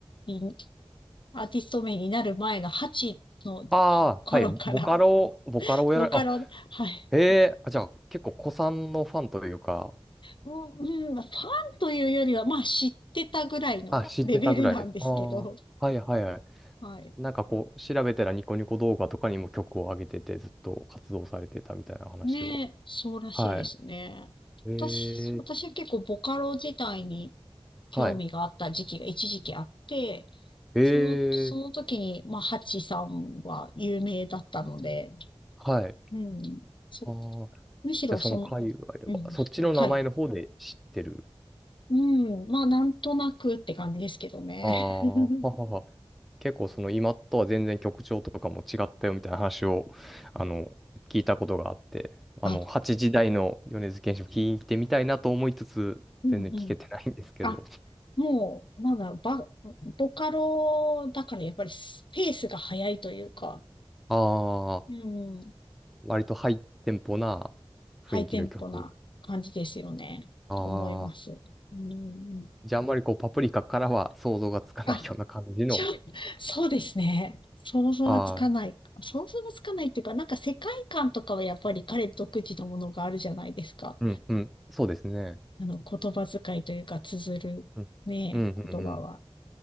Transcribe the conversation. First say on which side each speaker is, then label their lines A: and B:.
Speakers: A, on the left; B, in the centre.
A: にアーティスト名になる前の8の
B: ああ、
A: 頃から、
B: はい。ボカロ、
A: <laughs>
B: ボカロをやられ、
A: ボカロ、
B: あ、
A: はい。
B: へえ、あ、じゃあ結構古参のファンというか、
A: もう、うん、ファンというよりは、まあ知ってたぐらいのレベルなんですけど、
B: あ、知ってたぐらい。ああ、はいはいはい。
A: はい。
B: なんかこう、調べたらニコニコ動画とかにも曲を上げてて、ずっと活動されてたみたいな話を。
A: ねえ、そうらしいですね。
B: はい。ええ、
A: 私、私は結構ボカロ自体に興味があった時期が一時期あって、
B: はい。え
A: その、その時に、
B: え、
A: まあ、ハチさんは有名だったので、
B: はい。
A: うん、そう。
B: ああ、
A: むしろその、
B: じゃあその界隈では、
A: うん、
B: そっちの名前の方で知ってる。
A: はい。うん。まあ、なんとなくって感じですけどね。
B: ああ、
A: <laughs>
B: ははは。結構その今とは全然曲調とかも違ったよみたいな話を、あの、聞いたことがあって、あの、
A: あ、
B: 八時台の米津玄師を聞いてみたいなと思いつつ、
A: うんうん。
B: 全然聞けてないんですけど。
A: あ、もう、なんだろう、バ、ボカロだからやっぱりスペースが早いというか、
B: ああ、
A: うん、
B: 割とハイテンポな雰囲気の曲。
A: ハイテンポな感じですよね、
B: ああ、
A: と思います。うん、
B: じゃああんまりこうパプリカからは想像がつかないような感じの。
A: あ、ちょ、そうですね。想像がつかない。
B: ああ、
A: 想像がつかないっていうか、なんか世界観とかはやっぱり彼独自のものがあるじゃないですか。
B: うんうん、そうですね。
A: あの、言葉遣いというか、綴るね、
B: うん、うん、うん、
A: 言葉は。
B: うん。